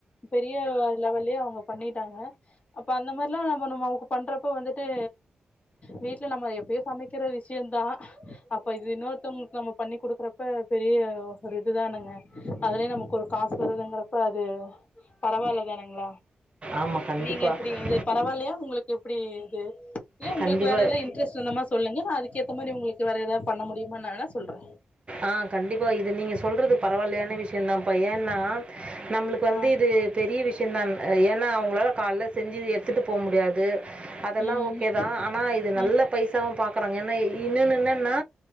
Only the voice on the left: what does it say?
பெரிய லெவல்லயே அவ்ங்க பண்ணிட்டாங்க அப்ப அந்த மாரிலா நம்ம நம்ம அவக்கு பண்றப்ப வந்துட்டு வீட்ல நம்ம எப்பயோ சமைக்கிற விஷயந் தான் அப்ப இது இன்னொருத்தவங்ளுக்கு நம்ம பண்ணி குடுக்கறப் ப பெரிய ஒரு இதுதானானுங்க அதுலயே நமக்கு ஒரு காசு வருதுங்கிறப்ப அது பரவால்ல தானங்களா
நீங்க எப்டி இது பரவால்லையா உங்ளுக்கு எப்டி இது இல்ல உங்ளுக்கு
வேற எதா இன்டரெஸ்ட் இருந்த மா சொல்லுங்க நா அதுக்கேத்த மாரி உங்ளுக்கு வேற ஏதாவது பண்ண முடியும நா வேணா சொல்ற
ஆ
ம்
ம்